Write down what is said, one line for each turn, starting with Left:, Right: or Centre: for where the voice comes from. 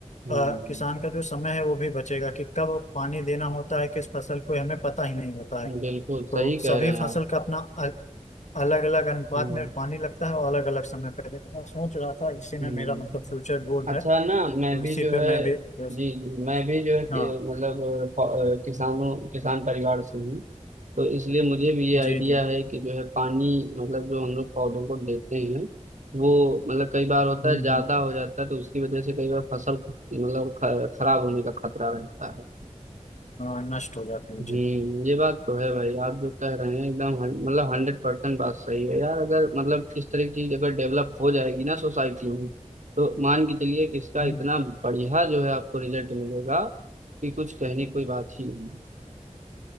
Right: हम्म
Left: अ, किसान का जो समय है वो भी बचेगा कि कब पानी देना होता है किस फसल को हमें पता ही नहीं होता है
Right: बिल्कुल
Left: तो
Right: सही कह
Left: सभी
Right: रहे हैं आप
Left: फसल का अपना अलग अलग अनुपात
Right: हम्म
Left: में पानी लगता है और अलग अलग समय पे लेकिन मैं सोच रहा था इसी
Right: हम्म
Left: में मेरा मतलब फ्यूचर गोल
Right: अच्छा
Left: है
Right: ना
Left: तो
Right: मैं भी
Left: इसी
Right: जो
Left: पे
Right: है
Left: मैं भी बस-
Right: जी जी, मैं भी जो है कि,
Left: हाँ
Right: मतलब अ, किसानों किसान परिवार से हूँ तो इसलिए मुझे भी ये आइडिया
Left: जी जी
Right: है कि जो है पानी मतलब जो हम लोग पौधों को देते हैं वो मतलब कई बार होता
Left: हम्म
Right: है ज्यादा
Left: हम्म
Right: हो जाता है तो उसकी वजह से कई बार फसल ख- मतलब ख- खराब होने का खतरा रहता है
Left: हाँ नष्ट हो जाती है
Right: हम्म
Left: जी
Right: ये बात तो है भाई आप जो कह रहे हैं एकदम हन- मतलब हंड्रेड परसेंट बात सही है यार अगर मतलब इस तरह की चीज अगर डेवलप हो जाएगी ना सोसाइटी में तो मान के चलिए कि इसका
Left: हम्म।
Right: इतना बढ़िया जो है आपको रिजल्ट मिलेगा कि कुछ कहने की कोई बात ही नहीं